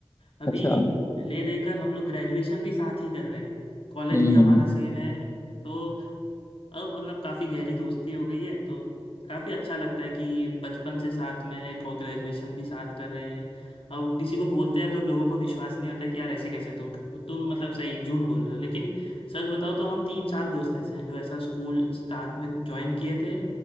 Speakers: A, on the left; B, on the left.
A: अभी
B: अच्छा
A: ले देकर हम लोग ग्रेजुएशन भी साथ ही कर रहे हैं कॉलेज
B: हम्म
A: भी हमारा
B: हम्म
A: सेम है तो अब मतलब काफ़ी गहरी दोस्ती हो गई है तो काफ़ी अच्छा लगता है कि बचपन से साथ में है को ग्रेजुएशन भी साथ कर रहे हैं और किसी को बोलते हैं तो लोगों को विश्वास नहीं होता है कि यार ऐसे कैसे तुम तुम मतलब सही झूठ बोल रहे हो लेकिन सच बताओ तो हम तीन चार दोस्त ऐसे हैं जो ऐसा स्कूल साथ में ज्वाइन किए थे